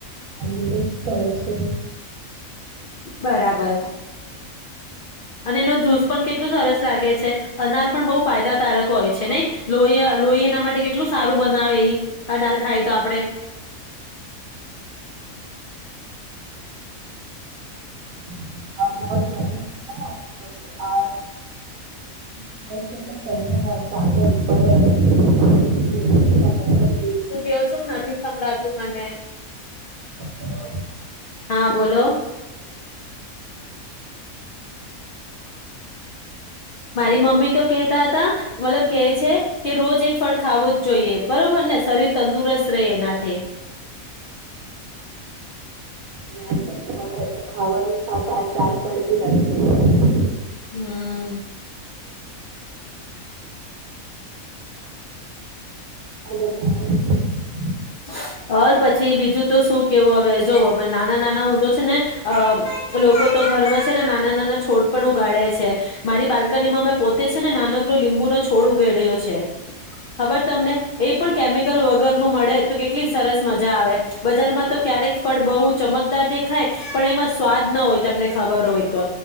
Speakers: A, on the right; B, on the left.
A: તંદુરસ્ત કરે છે.
B: બરાબર. અને એનો જૂસ પણ કેટલું સરસ લાગે છે. અનાર પણ બહુ ફાયદાકારક હોય છે નઈ, લોહી લોહી એના માટે કેટલું સારું બનાવે એ અનાર ખાય તો આપણે.
A: હા બહત ગરમી છે આ. શે <inaudible>
B: તું કેવો છો નથી સંભળાતું મને.
A: હેલો
B: હા બોલો. મારી મમ્મી તો કેહેતા હતા મતલબ કેહે છે કે, રોજ એક ફળ ખાવું જ જોઈએ. બરોબર ને શરીર તંદુરસ્ત રહે એનાથી.
A: મે તો ખવા ખાવાનું સાથે આચાર પણ ભી નથીખી.
B: હમ્મ.
A: <inaudible>
B: હ પછી બીજું તો શું કેવું હવે જો નાના નાના હું તો છે ને લોકો તો ઘરમાં છે ને નાના નાના છોડ પણ ઉગાડે છે. મારી બાલ્કનીમાં મેં પોતે છે ને, નાનકડો લીંબુનો છોડ ઉગાડ્યો છે ખબર તમને એ પણ કેમિકલ વગરનું મળે તો કે એટલી સરસ મજા આવે બજારમાં
A: અ,
B: તો ક્યારેક ફળ બહુ ચમકદાર દેખાય પણ એમાં સ્વાદ ના હોય, તમને ખબર હોય તો